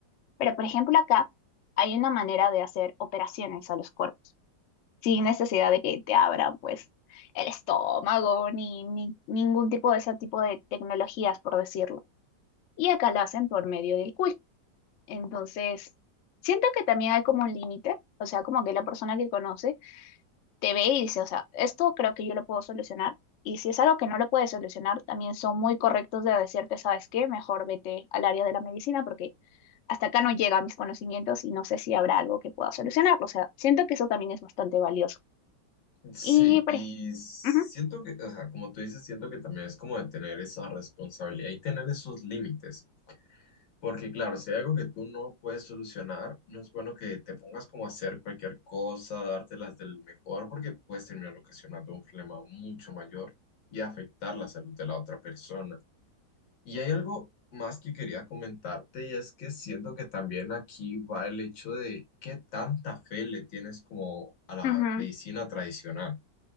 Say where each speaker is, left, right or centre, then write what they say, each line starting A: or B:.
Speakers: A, on the left; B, on the left.
A: Pero, por ejemplo, acá hay una manera de hacer operaciones a los cuerpos. sin necesidad de que te abran pues el estómago ni, ni ningún tipo de ese tipo de tecnologías, por decirlo. Y acá lo hacen por medio del quiz. Entonces, siento que también hay como un límite, o sea, como que la persona que conoce te ve y dice, o sea, esto creo que yo lo puedo solucionar. Y si es algo que no lo puedes solucionar, también son muy correctos de decirte, ¿sabes qué? Mejor vete al área de la medicina porque hasta acá no llegan mis conocimientos y no sé si habrá algo que pueda solucionarlo. O sea, siento que eso también es bastante valioso.
B: Sí,
A: Y pare-
B: y siento
A: ujú,
B: que, o sea, como tú dices, siento que también es como de tener esa responsabilidad y tener esos límites. Porque claro, si hay algo que tú no puedes solucionar, no es bueno que te pongas como a hacer cualquier cosa, dártelas del mejor, porque puedes terminar ocasionando un problema mucho mayor y afectar la salud de la otra persona. Y hay algo más que quería comentarte y es que siento que también aquí va el hecho de qué tanta fe le tienes como a la
A: ujú.
B: medicina tradicional.